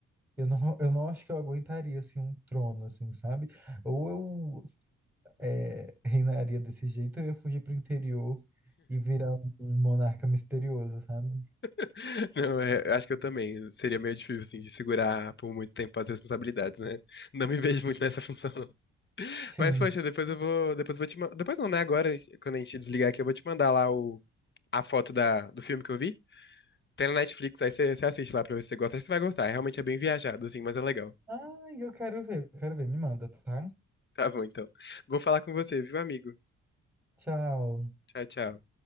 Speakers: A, in the centre; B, on the left (about 35°).
A: eu não, eu não acho que eu aguentaria, assim, um trono, assim, sabe? Ou eu é, reinaria desse jeito, ou eu ia fugir pro interior e virar um monarca misterioso, sabe?
B: <laughs> Não, é, eu acho que eu também. Seria meio difícil, assim, de segurar por muito tempo as responsabilidades, né? Não me vejo muito nessa <laughs> função,
A: Sim.
B: Mas, poxa, depois eu vou. Depois eu vou te mandar. Depois não, né? Agora, quando a gente desligar aqui, eu vou te mandar lá o... a foto da... do filme que eu vi. Tem na Netflix, aí você você assiste lá pra ver se você gosta. Acho que você vai gostar. É Realmente é bem viajado, assim, mas é legal.
A: Ai, eu quero ver, eu quero ver. Me manda, tá?
B: Tá bom, então. Vou falar com você, viu, amigo?
A: Tchau.
B: Tchau, tchau.